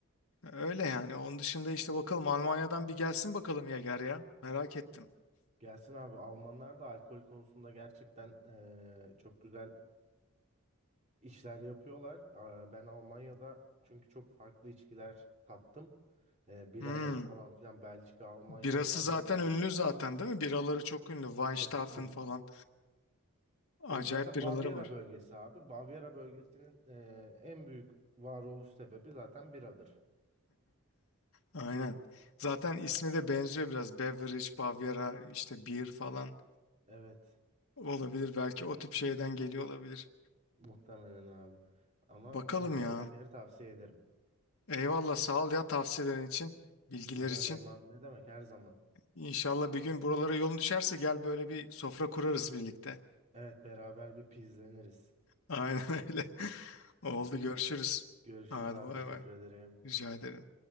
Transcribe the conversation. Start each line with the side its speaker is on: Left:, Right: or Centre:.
Left: Öyle yani. Onun dışında işte bakalım Almanya'dan bir gelsin bakalım Yager ya. Merak ettim.
Right: Gelsin abi Almanlar da alkol konusunda gerçekten eee, çok güzel işler yapıyorlar. Aa, ben Almanya'da çünkü çok farklı içkiler tattım. Eee, biraları
Left: Hmm.
Right: falan filan Belçika, Almanya,
Left: Birası
Right: Hollanda
Left: zaten
Right: bölgesi.
Left: ünlü zaten değil mi? Biraları çok ünlü. Weinstaphen
Right: Tabii tabii
Left: falan. Acayip
Right: E, zaten
Left: biraları
Right: Bavyera
Left: var.
Right: bölgesi abi. Bavyera bölgesinin eee, en büyük varoluş sebebi zaten biradır.
Left: Aynen. Zaten ismi de benziyor biraz. Beverage, Bavyera, işte beer falan
Right: Evet
Left: olabilir. Belki o tip şeyden geliyor olabilir.
Right: muhtemelen abi. Ama
Left: Bakalım
Right: eee
Left: ya.
Right: Yager'i tavsiye ederim.
Left: Eyvallah sağ ol ya tavsiyelerin için, bilgiler
Right: Rica
Left: için.
Right: ederim abi ne demek her zaman.
Left: İnşallah bir gün buralara yolun düşerse gel böyle bir sofra kurarız birlikte.
Right: Evet beraber bir pizleniriz.
Left: Aynen öyle. <laughs> Oldu
Right: <laughs>
Left: görüşürüz.
Right: Görüşürüz
Left: Hadi
Right: abi
Left: bay
Right: teşekkür
Left: bay.
Right: ederim.
Left: Rica ederim.